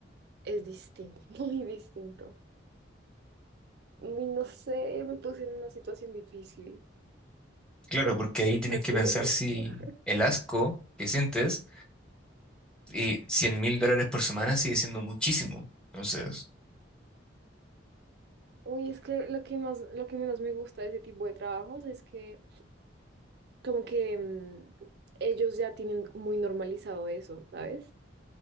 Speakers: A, on the right (about 55°); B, in the centre.
A: es distinto, <laughs> muy distinto. Uy, no sé, me puse en una situación difícil
B: Claro,
A: porque
B: porque ahí tienes
A: no escogí
B: que pensar
A: otra
B: si
A: cosa.
B: el asco que sientes y cien mil dólares por semana sigue siendo muchísimo. Entonces,
A: Uy, es que lo que más, lo que menos me gusta de ese tipo de trabajos es que como que mm, ellos ya tienen muy normalizado eso, ¿sabes?